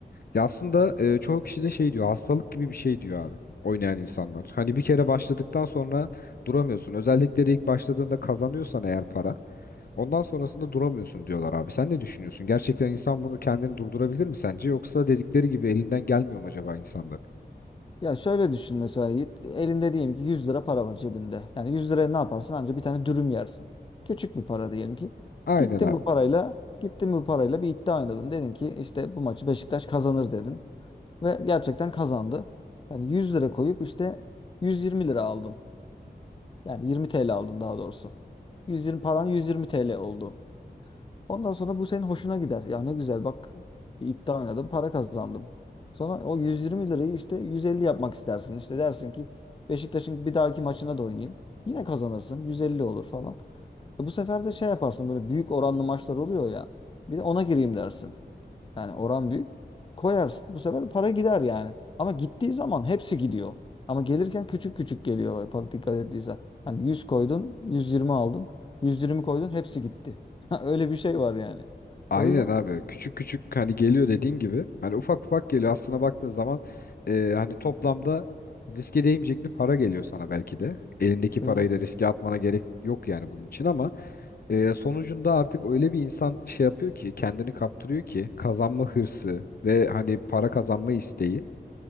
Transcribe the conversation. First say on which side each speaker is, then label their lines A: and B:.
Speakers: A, on the left (about 60°); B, on the left (about 30°).
A: Ya aslında e, çoğu kişi de şey diyor hastalık gibi bir şey diyor abi oynayan insanlar. Hani bir kere başladıktan sonra duramıyorsun. Özellikle de ilk başladığında kazanıyorsan eğer para ondan sonrasında duramıyorsun diyorlar abi. Sen ne düşünüyorsun? Gerçekten insan bunu kendini durdurabilir mi sence? Yoksa dedikleri gibi elinden gelmiyor mu acaba insanların?
B: Ya şöyle düşün mesela Yiğit. Elinde diyelim ki 100 lira para var cebinde. Yani 100 liraya ne yaparsın? Anca bir tane dürüm yersin. Küçük bir para diyelim ki.
A: Aynen
B: Gittin
A: abi.
B: bu parayla, gittin bu parayla bir iddia oynadın. Dedin ki işte bu maçı Beşiktaş kazanır dedin. Ve gerçekten kazandı. Yani 100 lira koyup işte 120 lira aldın. Yani 20 TL aldın daha doğrusu. 120 paran 120 TL oldu. Ondan sonra bu senin hoşuna gider. Ya ne güzel bak iddia oynadım, para kazandım. Sonra o 120 lirayı işte 150 yapmak istersin. İşte dersin ki Beşiktaş'ın bir dahaki maçına da oynayayım. Yine kazanırsın. 150 olur falan. E bu sefer de şey yaparsın böyle büyük oranlı maçlar oluyor ya. Bir de ona gireyim dersin. Yani oran büyük. Koyarsın. Bu sefer para gider yani. Ama gittiği zaman hepsi gidiyor. Ama gelirken küçük küçük geliyor. Bak dikkat ettiysen. Hani 100 koydun, 120 aldın. yüz yirmi koydun, hepsi gitti. <laughs> Öyle bir şey var yani.
A: Aynen
B: O yüzden
A: abi. Küçük küçük hani geliyor dediğin gibi. Hani ufak ufak geliyor. Aslına baktığın zaman e, hani toplamda riske değmeyecek bir para geliyor sana belki de. Elindeki
B: evet.
A: parayı da riske atmana gerek yok yani bunun için ama e, sonucunda artık öyle bir insan şey yapıyor ki kendini kaptırıyor ki kazanma hırsı ve hani para kazanma isteği.